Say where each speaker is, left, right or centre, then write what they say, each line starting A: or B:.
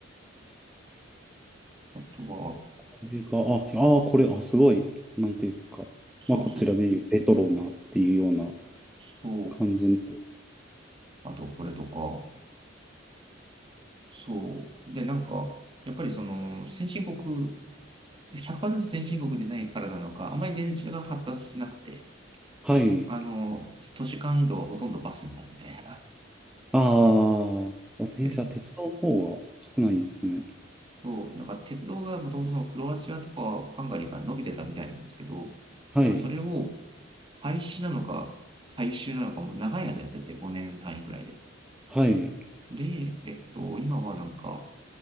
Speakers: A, on the right (about 25°); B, in the centre.
A: あとは、
B: これが、あ、あー、これ、あ、すごい、なんていうか、
A: そうそうそう、
B: まあ、こちらでいうレトロなっていうような
A: そう、
B: 感じの。
A: あとこれとか、そう。で、なんか、やっぱりその先進国、100%先進国でないからなのか、あんまり電車が発達しなくて、
B: はい。
A: あの、都市間移動はほとんどバスになるみたいな。
B: ああ、電車、
A: <laughs>
B: 鉄道の方が少ないんですね。
A: そう、なんか鉄道がもともとそのクロアチアとかハンガリーから伸びてたみたいなんですけど、
B: はい。
A: ただそれを廃止なのか改修なのかも長い間やってて5年単位くらいで。
B: はい。
A: で、えっと、今はなんか、